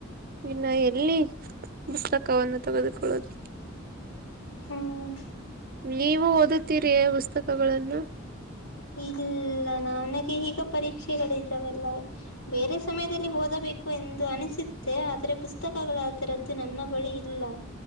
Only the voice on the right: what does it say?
ಇನ್ನ ಎಲ್ಲಿ ಪುಸ್ತಕವನ್ನು ತೆಗೆದುಕೊಳ್ಳೋದು
ನೀವು ಓದುತ್ತೀರಿಯೇ ಪುಸ್ತಕಗಳನ್ನು